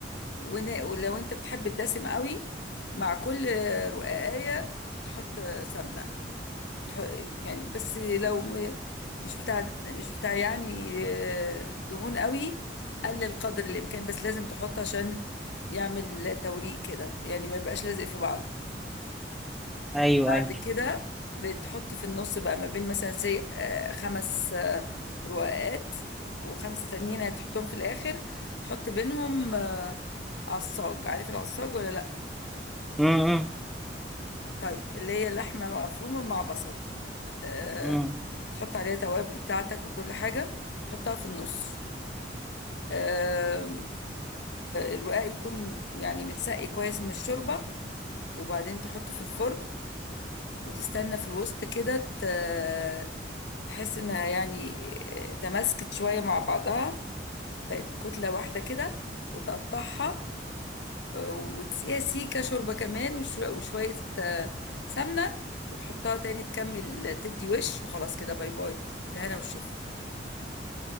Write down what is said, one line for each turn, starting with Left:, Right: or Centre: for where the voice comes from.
Left: ون- ولو انت بتحب الدسم قوي مع كل رقاقية تحط سمنة تح- يعني بس لو م- مش بتاع مش بتاع يعني آه، دهون قوي قلل قدر الإمكان بس لازم تحط عشان يعمل توريق كده يعني ما يبقاش لازق في بعض
Centre: ايوه
Left: بعد
Centre: ايوه
Left: كده بتحط في النص بقى ما بين مثلا سي آه، خمس آه، رقاقات وخمسة تانيين هتحطهم في الآخر تحط بينهم آه، عصاج عارف العصاج ولا لأ
Centre: امم
Left: طيب اللي هي اللحمة مفرومة مع بصل آه
Centre: امم
Left: بتحط عليها توابل بتاعتك وكل حاجة تحطها في النص آه الوعاء يكون يعني متسقي كويس من الشوربة وبعدين تحطه في الفرن وتستنى في الوسط كده ت- تحس انها يعني آه، تماسكت شوية مع بعضها بقت كتلة واحدة كده وتقطعها وتسقيها سيكة شوربة كمان وش- وشوية آه، سمنة وتحطها تاني تكمل آه، تدي وش وخلاص كده باي باي الهنا والشفا